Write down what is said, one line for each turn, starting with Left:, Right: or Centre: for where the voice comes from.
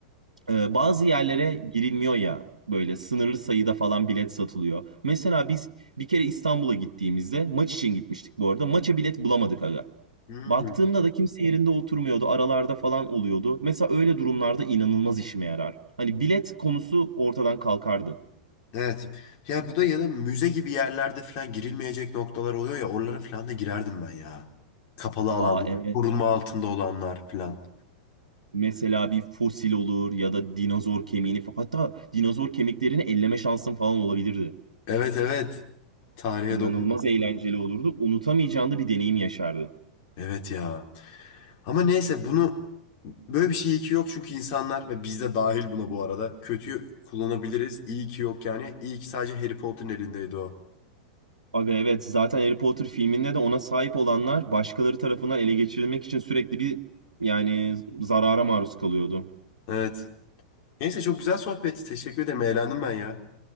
Right: Ee, bazı yerlere girilmiyor ya böyle sınırlı sayıda falan bilet satılıyor. Mesela biz bir kere İstanbul'a gittiğimizde maç için gitmiştik bu arada maça bilet bulamadık aga.
Left: Hmm,
Right: Baktığımda da kimse yerinde oturmuyordu aralarda falan oluyordu. Mesela öyle durumlarda inanılmaz işime yarar. Hani bilet konusu ortadan kalkardı.
Left: evet. Ya bu da ya da müze gibi yerlerde falan girilmeyecek noktalar oluyor ya oralara falan da girerdim ben ya. Kapalı alanlar,
Right: Aa evet.
Left: korunma altında olanlar falan.
Right: Mesela bir fosil olur ya da dinozor kemiğini fa- hatta dinozor kemiklerini elleme şansın falan olabilirdi.
Left: Evet evet. Tarihe
Right: İnanılmaz
Left: dokunmak
Right: eğlenceli
Left: falan.
Right: olurdu. Unutamayacağın da bir deneyim yaşardı.
Left: Evet ya. Ama neyse bunu böyle bir şey iyi ki yok çünkü insanlar ve biz de dahil buna bu arada kötüyü kullanabiliriz. İyi ki yok yani. İyi ki sadece Harry Potter'ın elindeydi o.
Right: Aga evet zaten Harry Potter filminde de ona sahip olanlar başkaları tarafından ele geçirilmek için sürekli bir yani zarara maruz kalıyordu.
Left: Evet. Neyse çok güzel sohbetti. Teşekkür ederim. Eğlendim ben ya.